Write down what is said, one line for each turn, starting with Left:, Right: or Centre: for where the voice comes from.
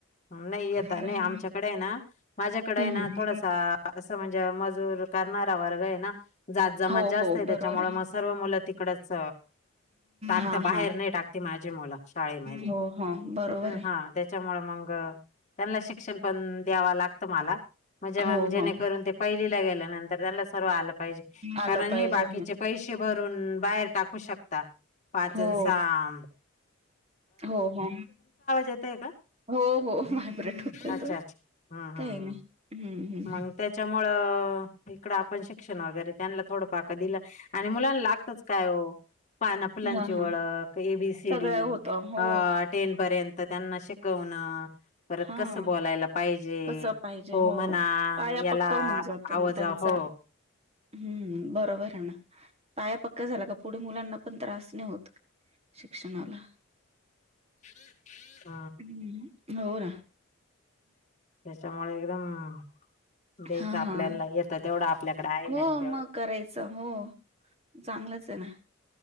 Left: नाही येत
Right: असं.
Left: नाही आमच्याकडे आहे ना माझ्याकडे आहे
Right: हम्म
Left: ना
Right: हम्म.
Left: थोडासा असं म्हणजे म करणारा वर्ग आहे ना जात जमात
Right: हो
Left: जास्त
Right: हो
Left: आहे त्याच्यामुळे
Right: बरोबर
Left: मग सर्व मुलं तिकडच टाकता
Right: हा
Left: बाहेर
Right: हा
Left: नाही टाकती माझी मुलं शाळेमध्ये
Right: हो हो बरोबर आहे
Left: हा त्याच्यामुळे मग त्यांना शिक्षण पण द्यावं लागतं मला. म्हणजे मग
Right: हो
Left: जेणे
Right: हो
Left: करून ते पहिलीला गेल्या नंतर त्याला सर्व आलं पाहिजे
Right: आलं
Left: कारण
Right: पाहिजे
Left: हे बाकीचे पैसे भरून बाहेर टाकू शकता पाचन
Right: हो
Left: साम
Right: हो हो
Left: येतय का
Right: हो हो व्हायब्रेट होत
Left: अच्छा
Right: तो.
Left: अच्छा हम्म
Right: काही
Left: हम्म
Right: नाही हम्म. हम्म,
Left: मग त्याच्या मूळ इकडं आपण शिक्षण वगैरे त्यांना थोडं पाक दिलं आणि मुलांना लागतच काय हो पानपुलांची
Right: हां, हां
Left: ओळख ए बी सी
Right: सगळ्या
Left: डी
Right: होतं हो,
Left: टेन पर्यंत त्यांना शिकवण परत
Right: हां
Left: कस बोलायला पाहिजे.
Right: कसं पाहिजे हो.
Left: म्हणा
Right: पाया
Left: याला
Right: पक्का होऊन जातो
Left: आवाजा
Right: मग त्यांचा.
Left: हो.
Right: हम्म बरोबर आहे ना. पाया पक्का झाला का पुढे मुलांना पण त्रास नाही होत शिक्षणाला.
Left: <unintelligible>
Right: हम्म हो ना.
Left: त्याच्यामुळे एकदम द्यायच
Right: हां,
Left: आपल्याला
Right: हां.
Left: येत तेवढं आपल्याकडे आहे
Right: हो
Left: ना तेवढं
Right: मग करायचं हो चांगलंच आहे ना.